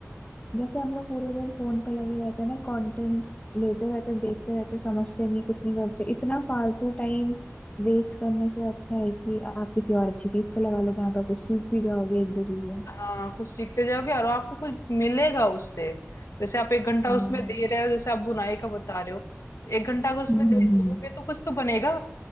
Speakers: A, on the left; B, on the left.
A: जैसे हम लोग पूरे दिन फोन पे लगे रहते हैं ना कंटेंट लेते रहते हैं, देखते रहते हैं, समझते नहीं कुछ नहीं करते इतना फालतू टाइम वेस्ट करने से अच्छा है कि आप किसी और अच्छी चीज पे लगा लो जहाँ पे आप कुछ सीख भी जाओगे एक दो चीजें
B: हाँ कुछ सीखते जाओगे और आपको कुछ मिलेगा उससे जैसे आप एक घंटा
A: हाँ
B: उसमें दे रहे हो जैसे आप बुनाई का बता रहे हो एक घंटा अगर उसमें
A: हम्म
B: दे
A: हम्म,
B: दोगे
A: हम्म,
B: तो कुछ तो बनेगा